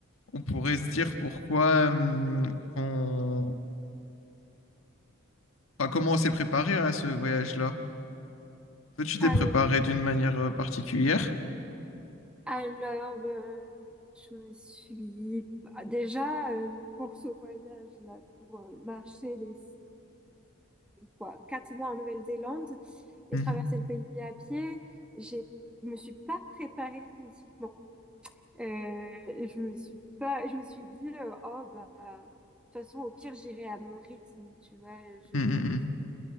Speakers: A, on the left (about 85°); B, in the centre.
A: on pourrait se dire pourquoi euh, on... Enfin, comment on s'est préparé à ce voyage-là. Toi, tu
B: Al-
A: t'es préparé d'une manière euh, particulière?
B: Alors, euh, je me suis bah, déjà euh, pour ce voyage-là, pour euh, marcher les quoi, quatre mois en Nouvelle-Zélande et
A: Mhm.
B: traverser le pays à pied, j'ai me suis pas préparée physiquement. Euh, je me suis pas, je me suis dit euh, oh bah de toute façon au pire j'irai à mon rythme, tu vois. je
A: Mm, mm,